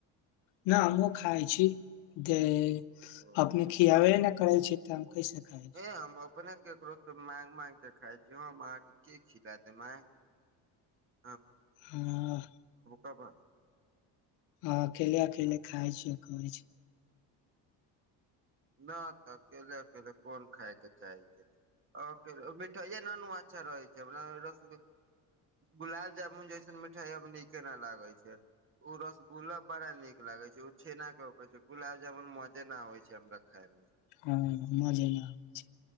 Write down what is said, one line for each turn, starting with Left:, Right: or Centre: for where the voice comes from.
Left: न हम खाइ छी दे <unintelligible> ते।
Right: ओ
Left: अपने खियाब ने। <unintelligible> करै छै। <unintelligible> छी
Right: ए हम अपने। <unintelligible> केकरो से माग माग के खााय छी हम अहाँके की खिला देब। <unintelligible>
Left: <unintelligible> ह -ह
Right: कबो
Left: अकेल अकेल खाय छिय कह छी।
Right: नहि तऽ अकेले अकेले कोन खाायके चाहे छैकेल मिठाइए न अच्छा रहै छै हमरा रस गुलाब जामुन जैसन मिठाइयमे नीके नहि लागैत छै ओ रसगुल्ला- बड़ा नीक लागै छै ओ छेना केकै छै गुलाब जामुन मजे नहि आबै छै हमरा। खायब। <unintelligible>
Left: हँ मजे -नहि आब छै